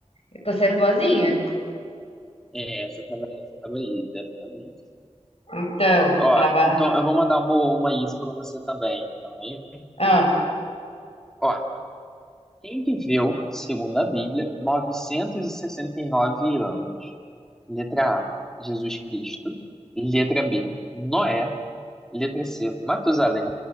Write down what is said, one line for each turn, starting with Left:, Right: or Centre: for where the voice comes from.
Left: Eu tô sendo boazinha.
Centre: É, essa tava, essa tava aí, essa tava aí.
Left: Então,
Centre: Ó,
Left: tava.
Centre: então eu vou mandar uma, uma easy pra você também, então, hein?
Left: Ah,
Centre: Ó, quem viveu, segundo a Bíblia, 969 anos? Letra A, Jesus Cristo. Letra B, Noé. Letra C, Matusalém.